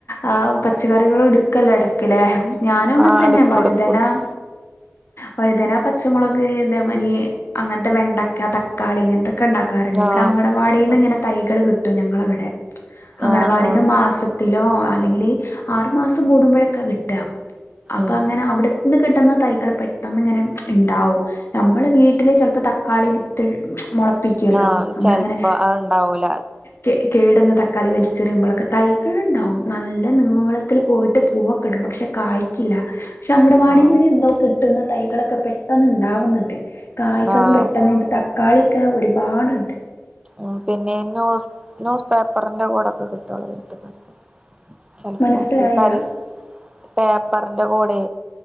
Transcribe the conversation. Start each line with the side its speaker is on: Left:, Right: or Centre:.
Left: ആഹ് പച്ചക്കറികൾ ഇടുക്കല്ലോ ഇടക്ക്ലേ ഞാനും അങ്ങൻതെന്നെ
Right: ആഹ് എടുക്കും
Left: വഴുതന
Right: എടുക്കും എടുക്കും
Left: വഴുതനാ, പച്ചമുളക് ഇതേമാരി അങ്ങൻത്തെ വെണ്ടക്ക, തക്കാളി ഇങ്ങൻത്തൊക്കെ ഇണ്ടാ കറണ്ട് ഇവടെ
Right: ആഹ്
Left: അങ്കണവാടിന്ന്
Right: അതൊക്കെണ്ട്
Left: ഇങ്ങനെ തൈകൾകിട്ടും ഞങ്ങളവിടെ അങ്കണവാടിന്ന്
Right: ആഹ് ആഹ്
Left: മാസ ത്തിലോ അല്ലെങ്കില് ആറുമാസം കൂടുമ്പോഴൊക്കെകിട്ട. അപ്പൊ
Right: ഉം
Left: അങ്ങനെ അവിടെന്ന് കിട്ടുന്ന തൈകള് പെ പെട്ടെന്ന് ഇങ്ങനെ ഇണ്ടാവും ന്നമ്മള് വീട്ടില്ചിലപ്പോ തക്കാളിവിത്ത് മൊള പ്പിക്കോലോ
Right: ആഹ്
Left: ന്നമ്മളിങ്ങനെ
Right: ചെലപ്പോ അത്ണ്ടാവൂല
Left: കേ കേടെന്നതക്കാളി വെലിചെറിയുമ്പോളൊക്കെ തൈകൾണ്ടാവും നല്ലേനീളത്തിൽ പോയ്ട്ട് പൂവക്കെടും പക്ഷെകായ്ക്കില്ല. പക്ഷ അങ്കടവാടിന്ന്
Right: ആഹ്
Left: എന്തോകിട്ടുന്ന തൈകളൊക്കെ പെട്ടന്ന്ഇണ്ടാവുന്നുണ്ട്. കായ്കളും
Right: ആഹ്
Left: പെട്ടെന്ന്ത് തക്കാളിയൊക്കെ ഒര്പാട്ണ്ട്.
Right: ഉം പിന്നെ നൂസ് നൂസ് പേപ്പറിന്റെ കൂടൊക്കെ കിട്ടുള്ളചെൽപ്പോ
Left: മനസ്സിലായില്ല
Right: ഈ പരസ് പേപ്പറിന്റെകൂടെ